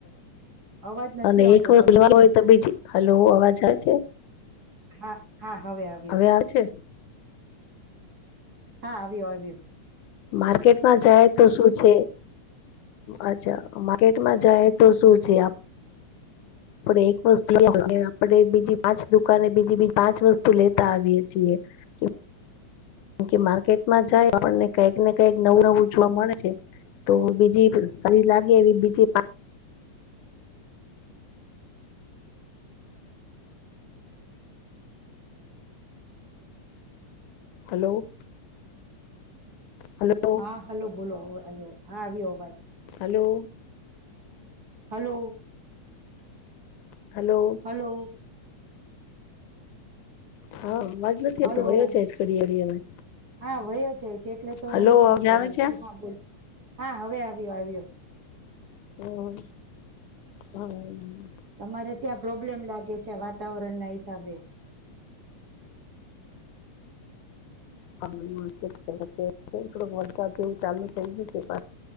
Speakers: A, on the right; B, on the left.
A: અવાજ નથી
B: અને
A: આવતો
B: એક વખત
A: તમારો
B: લેવાનું હોય તો બીજી હાલ અવાજ આવે છે.
A: હા હા આવ્યો
B: હવે આવ છે?
A: હા આવ્યો આવ્યું.
B: માર્કેટ માં જાય તો શું છે? અચ્છા માર્કેટમાં જાય તો શ છે? આપડે એક વસ્તુ લને આપડે બીજી પાંચ દુકાને બીજી બીજી પાંચ વસ્તુ લેતા આવીએ છીએ. હ <inaudible> કેમ કે માર્કેટમાં જાય આપણને કઈક ને કઈક નવું નવું જોવા મળે છે. તો બીજી ફરી લાગે એવી બીજી. હલો. હલો
A: હા હલો બોલો આવ્યો હા આવ્યો અવાજ.
B: હલો.
A: હલો.
B: હલો.
A: હલો
B: હા અજ નથી
A: હલો
B: હોતો વયો જાયજ ઘડિયાળી અવાજ.
A: હા વય જાય છે એટલે તો
B: હલો
A: હલું હલું
B: અવાજ
A: કરું
B: આવે છે?
A: છું હા બોલ. હા હવે આવ્યો આવ્યો.
B: હમ હમ.
A: તમારે ત્યાં પ્રોબ્લેમ લાગે છે વાતાવરણ ના હિસાબે.
B: થડુંક વરસાદ જેવું ચાલુ થઈયું છે.